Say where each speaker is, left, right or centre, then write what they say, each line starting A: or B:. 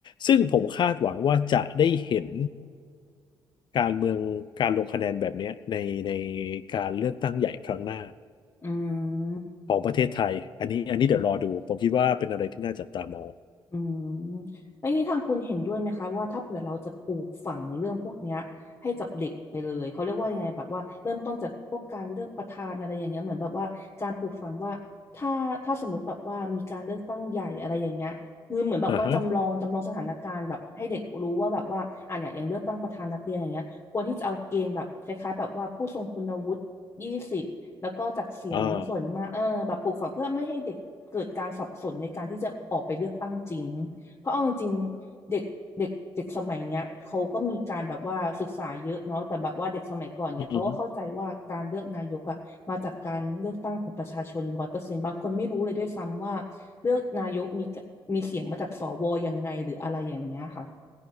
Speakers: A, on the left (about 60°); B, on the left (about 30°).
A: ซึ่งผมคาดหวังว่าจะได้เห็นการเมืองการลงคะแนนแบบเนี้ยในในการเลือกตั้งใหญ่ครั้งหน้า
B: อืม
A: ของประเทศไทยอันนี้อันนี้เดี๋ยวรอดูผมคิดว่าเป็นอะไรที่น่าจับตามอง
B: อืมแล้วอย่างนี้ทางคุณเห็นด้วยไหมคะว่าถ้าเผื่อเราจะปลูกฝังเรื่องพวกเนี้ยให้กับเด็กไปเลยเขาเรียกว่ายังไงแบบว่าเริ่มต้นจากพวกการเลือกประธานอะไรอย่างเงี้ยเหมือนแบบว่าการปลูกฝังว่าถ้าถ้าสมมติแบบว่ามีการเลือกตั้งใหญ่อะไรอย่างเงี้ยคือเหมือนแบบว่าจำลองจำลองสถานการณ์แบบให้เด็กรู้ว่าแบบว่าอ่ะเนี่ยอย่างเลือกตั้งประธานนักเรียนอย่างเงี้ยควรที่จะเอาเกณฑ์แบบคล้ายๆแบบว่าผู้ทรงคุณวุฒิยี่สิบ
A: อ่าฮะ
B: แล้วก็จากเสียงส่วนมากเออแบบปลูกฝังเพื่อไม่ให้เด็กเกิดการสับสนในการที่จะออกไปเลือกตั้งจริง
A: อ่า
B: เพราะเอาจริงๆเด็กเด็กเด็กสมัยเนี้ยเขาก็มีการแบบว่าศึกษาเยอะเนาะแต่แบบว่าเด็กสมัยก่อนเนี่ยเขาก็เข้าใจว่าการเลือกนายกอะมาจากการเลือกตั้งของประชาชนร้อยเปอร์เซ็นต์บางคนไม่รู้เลยด้วยซ้ำว่าเลือกนายกมี
A: อืม
B: มีเสียงมาจากสวยังไงหรืออะไรอย่างเงี้ยค่ะ